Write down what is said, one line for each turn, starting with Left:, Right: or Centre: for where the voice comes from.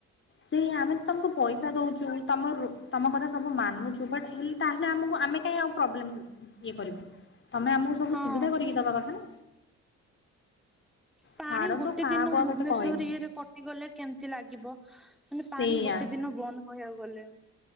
Left: ସେ ଆମେ ତମକୁ ପଇସା ଦଉଛୁ ତମ ରୁ ତମ କଥା ସବୁ ମାନୁଛୁ ବଟ୍ ହେଲେ ତାହେଲେ ଆମକୁ ଆମେ କାଇଁ ଆଉ ପ୍ରୋବ୍ଲେମ୍ ଇ-ଇ ଇଏ କରିବୁ। ତମେ ଆମକୁ ସବୁ
Centre: ହଁ
Left: ସୁବିଧା କରିକି ଦବା କଥା ନା।
Centre: ପାଣି
Left: ଛାଡନ୍ତୁ
Centre: ଗୋଟେ
Left: କାହାକୁ
Centre: ଦିନ ଭୁବନେଶ୍ଵର
Left: ଆଉ କେତେ କହିବୁ।
Centre: ଇଏରେ କ ଗଲେ କେମିତି ଲାଗିବ ମାନେ ପାଣି
Left: ସେଇଆ
Centre: ଗୋଟେ ଦିନ ବନ୍ଦ କହିବାକୁ ଗଲେ।